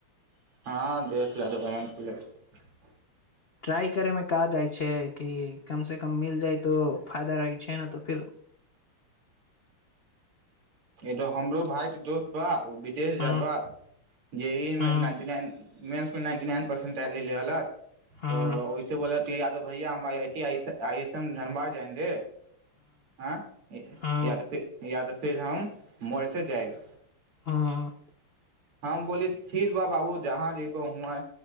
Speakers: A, on the right; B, on the left.
A: हँ द द
B: ट्राइ करैमे क जाइ छै कि कम से कम मिल जाइ तो फायदा रहै छै ने तऽ फिर
A: ई तो हमरो भााय तऽ दोस्त बा ओ विदेश जबा
B: हँ
A: जे ईमे
B: हँ
A: नाइन्टी नाइन मेन्समे नाइन्टी नाइन परसेन्ट तय लेले रहलक
B: हँ
A: तऽ ओहिसँे बोलत यादो भैया हमर आई एस एम धनबाद जायेंगे हँ
B: हँ
A: याद फिर फिर हम मोरेसस जाएब
B: हँ
A: हम बोली ठीक बा बाबू जहाँ जयबह हुआँ